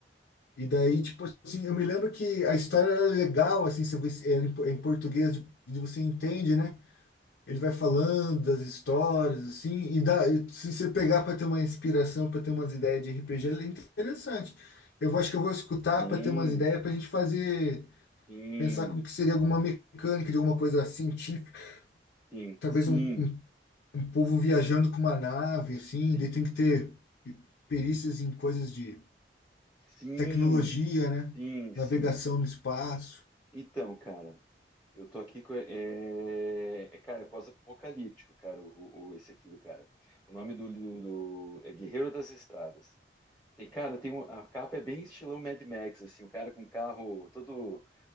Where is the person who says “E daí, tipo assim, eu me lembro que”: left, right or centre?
Left